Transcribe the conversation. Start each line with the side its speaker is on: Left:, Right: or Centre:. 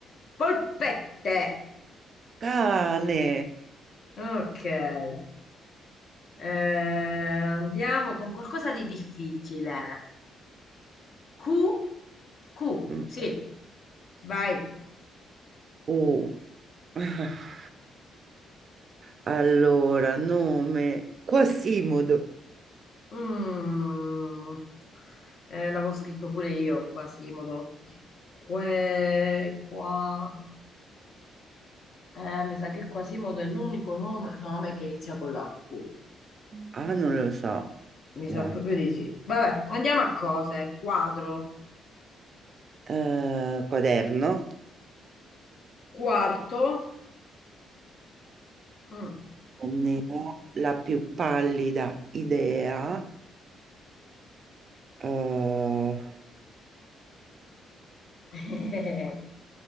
Left: polpette.
Right: cane.
Left: Ok. Eh, andiamo con qualcosa di difficile. Q, Q,
Right: Mm,
Left: sì, vai.
Right: U. <laughs> Allora, nome Quasimodo.
Left: Mm. Eh, l'avevo scritto pure io, Quasimodo. Que, qua. Eh, mi sa che Quasimodo è l'unico nome, nome che inizia con la Q.
Right: Ah, non lo so.
Left: Mi
Right: Guarda.
Left: sa proprio di sì. Vabbè, andiamo a cose. Quadro,
Right: Eh, quaderno.
Left: quarto. Mm.
Right: Non ne ho la più pallida idea. Eh,
Left: <laughs>